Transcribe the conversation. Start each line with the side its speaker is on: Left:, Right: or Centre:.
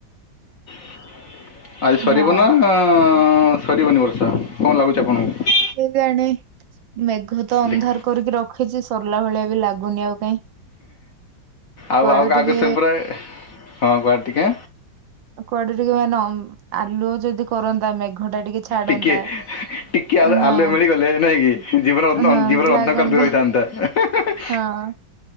Left: <inaudible> ଆଜି ସରିବ
Right: ହଁ
Left: ନା ସରିବନି ବର୍ଷା କଣ ଲାଗୁଛି ଆପଣଙ୍କୁ?
Right: କିଏଜାଣେ ମେଘ ତ ଅନ୍ଧାର
Left: ଦେଖ
Right: କରିକି ରଖିଛି ସରିଲା ଭଳିଆ ବି ଲାଗୁନି ଆଉ। କାଇଁ
Left: ଆଉ
Right: କୁଆଡୁ
Left: ଆଉ କାହାକୁ
Right: ଟିକେ
Left: ସେ ପୁରାଏ ହଁ କୁଆଡେ ଟିକେ
Right: କୁଆଡେ ଟିକେ ମାନେ ଆଲୁଅ ଯଦି କରନ୍ତା ମେଘ ଟା ଛାଡନ୍ତା
Left: ଟିକେ ଟିକେ
Right: ହଁ
Left: ଆଲୁଅ ମିଳିଗଲେ ନାଇଁକି ଜୀବନ
Right: ହଁ
Left: ଜୀବନ
Right: ବ୍ଲାକ୍
Left: ଅନ୍ଧକାର
Right: ଅନ୍ଧ
Left: ଦୂର ହେଇଯାଆନ୍ତା। ତ
Right: ହଁ